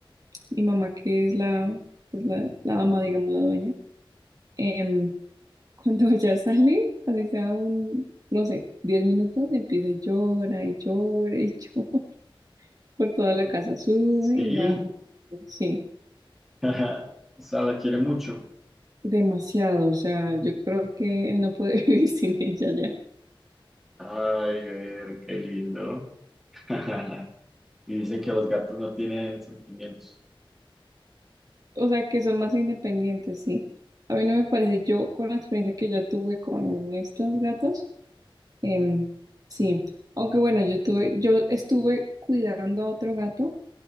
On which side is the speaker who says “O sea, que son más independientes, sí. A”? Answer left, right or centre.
Right